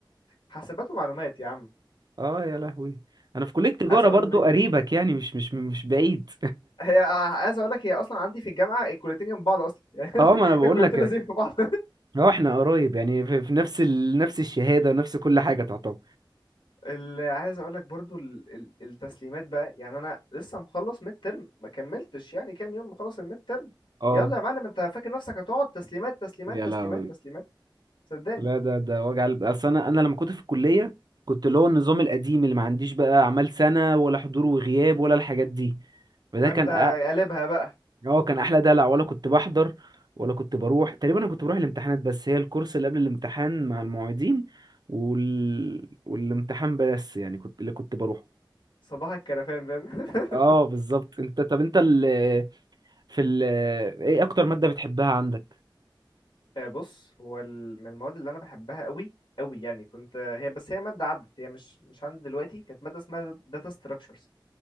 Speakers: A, on the left; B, on the right.
A: حاسبات ومعلومات يا عم
B: اه يا لهوي انا في كلية تجارة
A: عايز اقول
B: برضو
A: لك
B: قريبك يعني مش مش مش بعيد
A: <laughs> هي عايز اقول لك هي اصلا عندي في الجامعه الكليتين جنب بعض اصلا <laughs>
B: <laughs>
A: يعني
B: اه ما انا بقول
A: الكليتين
B: لك
A: لازم في بعض <laughs>
B: اه احنا قريب يعني في, في نفس ال... نفس الشهادة ونفس كل حاجة تعتبر
A: اللي عايز اقول لك برضو ال- ال- التسليمات بقى يعني انا لسه مخلص ميد ترم ما كملتش يعني كام يوم مخلص الميد ترم
B: اه
A: يلا يا معلم انت فاكر نفسك هتقعد تسليمات تسليمات
B: يا
A: تسليمات
B: لهوي
A: تسليمات صدقني
B: لا ده ده وجع قلب اصل انا انا لما كنت في الكلية كنت اللي هو النظام القديم اللي ما عنديش بقى اعمال سنة ولا حضور وغياب ولا الحاجات دي فده
A: فانت
B: كان
A: قلبها بقى
B: اه كان احلى دلع ولا كنت بحضر ولا كنت بروح تقريبا انا كنت بروح الامتحانات بس هي الكورس اللي قبل الامتحان مع المعيدين وال... والامتحان بس يعني كنت اللي كنت بروحه
A: صباح الكرفان فاهم <laughs>
B: اه بالظبط انت طب انت ال... في ال... ايه اكتر مادة بتحبها عندك
A: آه، بص هو ال- من المواد اللي انا بحبها قوي قوي يعني كنت هي بس هي ماده عدت هي مش مش عندي دلوقتي كانت ماده اسمها داتا ستراكشرز